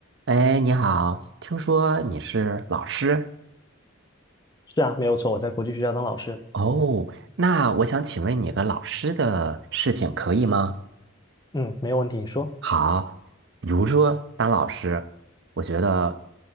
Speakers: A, on the right; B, on the left.
A: 哎，你好，听说你是老师
B: 是啊，没有错，我在国际学校当老师。
A: 哦，那我想请问你个老师的事情可以吗？
B: 嗯，没有问题，你说
A: 好，比如说当老师，我觉得